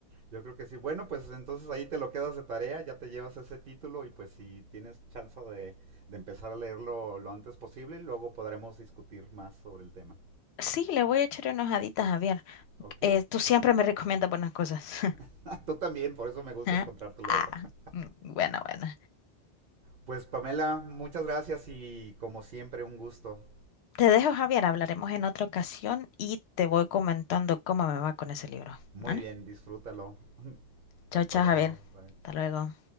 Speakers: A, on the right; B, on the left.
A: yo creo que sí. Bueno, pues entonces ahí te lo quedas de tarea, ya te llevas ese título y pues si tienes chance de, de empezar a leerlo lo antes posible, luego podremos discutir más sobre el tema.
B: Sí, le voy a echar unas haditas a ver.
A: Ok.
B: Eh, tú siempre me recomiendas buenas cosas. <laughs>
A: <laughs> Tú también, por eso me gusta
B: Ah,
A: encontrarte luego.
B: ah,
A: <laughs>
B: mm, bueno, bueno.
A: Pues Pamela, muchas gracias y como siempre un gusto.
B: Te dejo, Javier. Hablaremos en otra ocasión y te voy comentando cómo me va con ese libro.
A: Muy
B: Bueno,
A: bien, disfrútalo. <laughs>
B: chao,
A: Hasta
B: chao,
A: luego.
B: Javier.
A: Bye.
B: Hasta luego.